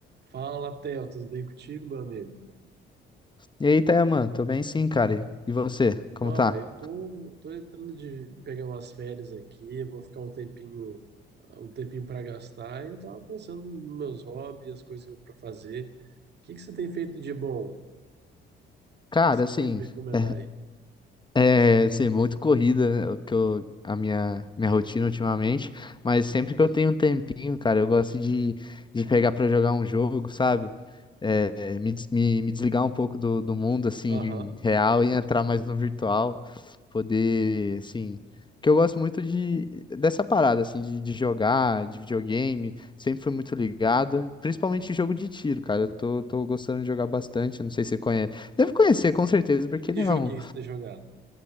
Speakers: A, on the right; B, on the left.
A: Fala, Theo, tudo bem contigo, meu amigo?
B: E aí, Tayaman, tô bem sim, cara. E você, como
A: Ó,
B: tá?
A: eu tô, tô entrando de pegar umas férias aqui, vou ficar um tempinho, um tempinho para gastar, e eu tava pensando nos meus hobbies, as coisas que eu para fazer. O que que você tem feito de bom? O
B: Cara,
A: que que você
B: assim,
A: pode me recomendar
B: <laughs> é,
A: aí?
B: É, assim, muito corrida, né, o que eu, a minha, minha rotina ultimamente, mas sempre que eu tenho um tempinho, cara, eu gosto de, de pegar pra jogar um jogo, sabe? É, me, des- me, me desligar um pouco do, do mundo, assim,
A: Aham.
B: real e entrar mais no virtual, poder, assim, que eu gosto muito de, dessa parada, assim, de, de jogar, de videogame, sempre fui muito ligado, principalmente jogo de tiro, cara, eu tô, tô gostando de jogar bastante, não sei se você conhece, deve conhecer, com certeza, porque
A: Que
B: ele
A: joguinho
B: é um
A: você tem jogado?